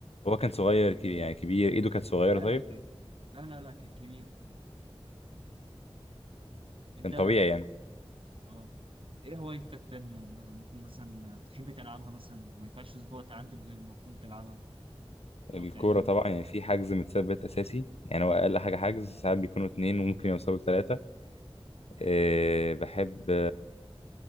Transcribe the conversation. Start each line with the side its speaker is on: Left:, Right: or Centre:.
Left: هو كان صغير كبير يعني كبير ايده كانت صغيرة
Right: لا
Left: طيب
Right: لا كان لا لا لا كان كبير انت
Left: كان طبيعي يعني
Right: اه ايه هوايتك تانية ممكن مثلا تحب تلعبها مثلا ما ينفعش اسبوع تعدي من غير ما تكون تلعبها
Left: الكورة
Right: او تعملها
Left: طبعا يعني في حجز متثبت أساسي يعني هو أقل حاجة حجز ساعات بيكونوا اتنين وممكن يوصلوا لتلاتة أه بحب